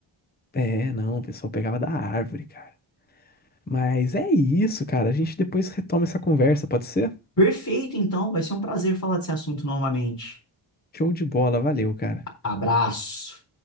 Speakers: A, on the left (about 20°); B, on the left (about 35°).
A: É, não, o pessoal pegava da árvore, cara. Mas é isso, cara. A gente depois retoma essa conversa, pode ser?
B: Perfeito, então, vai ser um prazer falar desse assunto novamente.
A: Show de bola, valeu, cara.
B: Abraço.